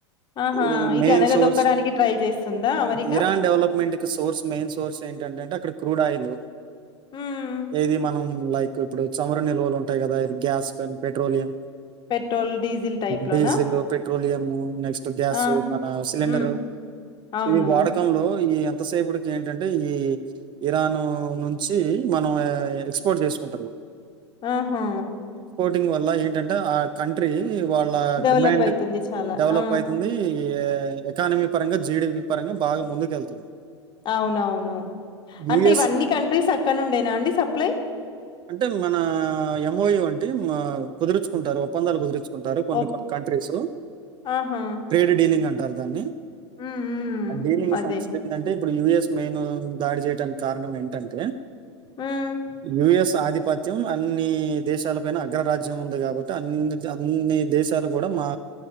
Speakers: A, on the left; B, on the right.
A: ఆహా!
B: ఈ
A: ఇది
B: మెయిన్
A: అణగదొక్కడానికి
B: సోర్స్
A: ట్రై చేస్తుందా అమెరికా?
B: ఇరాన్ డెవలప్మెంట్ కి సోర్స్ మెయిన్ సోర్స్ ఏంటంటంటే అక్కడ క్రూడ్ ఆయిలు
A: హ్మ్.
B: ఏది మనం లైక్ ఇప్పుడు చమరు నిల్వలు ఉంటాయి కదా గ్యాస్ కానీ పెట్రోలియం
A: పెట్రోల్, డీజిల్ టైప్‌లోనా?
B: డీజిల్, పెట్రోలియం నెక్స్ట్ గ్యాస్
A: ఆ!
B: మన సిలిండరు
A: హ్మ్. అవును.
B: ఇవి వాడకంలో ఈ ఎంతసేపటికి ఏంటంటే ఈ ఇరాన్ నుంచి మనం ఎక్స్పోర్ట్ చేసుకు ఉంటున్న
A: ఆహా
B: ంగ్ వల్ల ఏంటంటే ఆ కంట్రీ వాళ్ళ
A: డెవలప్
B: డిమాండ్
A: అయితుంది చాలా.
B: డెవలప్
A: ఆ!
B: అయితుంది ఎకానమీ పరంగా జి డి పి పరంగా బాగా ముందుకెళ్తుంది
A: అవునవును
B: యూఎస్
A: అంటే ఇవన్నీ కంట్రీస్ అక్కడినుండేన అండి సప్లై
B: అంటే మన ఎం ఓ యు అంటి కుదుర్చుకుంటారు ఒప్పందాలు కుదిర్చు ంటారు కొన్ని
A: ఓప్
B: కంట్రీస్
A: ఆహా!
B: ట్రేడ్ డీలింగ్ అంటారు దాన్ని
A: హ్మ్. హ్మ్.
B: అంటే
A: అదే.
B: సమస్యలు ఏంటంటే ఇప్పుడు యు ఎస్ మెయిన్ దాడి చేయడానికి కారణం ఏంటంటే
A: మ్మ్
B: యు ఎస్ ఆధిపత్యం అన్ని దేశాలపైన అగ్రరాజ్యం ఉంది కాబట్టి అన్ని అన్ని దేశాలు కూడా మా